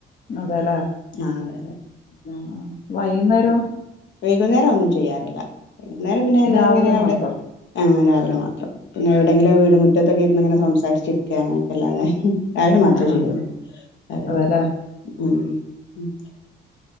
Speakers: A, on the left (about 45°); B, on the left (about 65°).
A: അതെല്ലേ
B: ആഹ അതെ അതെ
A: ആ, വൈകുന്നേരോ
B: വൈകുന്നേരം ഒന്നും ചെയ്യാറില്ല വൈകുന്നേരം പിന്നെ ഞങ്ങ
A: രാവിലെ
B: ഇങ്ങനെ അവിടെ
A: മാത്രം
B: ആ രാവിലെ മാത്രം പിന്നെ എവിടെയെങ്കിലും വീട്മ മുറ്റത്തൊക്കെ ഇന്ന് ഇങ്ങനെ സം സംസരിച്ചിരിക്കുകല്ലാതെ ആാലും മാത്രമേ
A: ആഹ്
B: ചെയ്യുള്ളൂ
A: ആഹ്
B: അതതെ
A: അതെല്ലേ
B: ഉ ഉ <unintelligible>